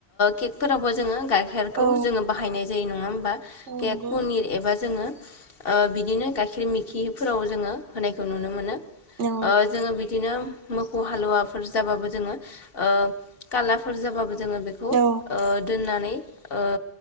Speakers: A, on the left; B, on the right.
A: केक फोरावबो जोंङो गाइखेरखौ
B: औ
A: जोंङो बाहायनाय जायो नङा होमबा।
B: औ
A: केक,
B: नंगौ
A: पनिर एबा जोंङो ओ बिदिनो गाइखेर मैखिफोराव जोंङो होनायखौ नुनो मोनो। ओ
B: औ
A: जोंङो बिदिनो मोखौव हालुवाफोर जाबाबो जोंङो ओ खालारफोर जाबाबो जोंङो बेखौ ओ
B: औ
A: दोननानै ओ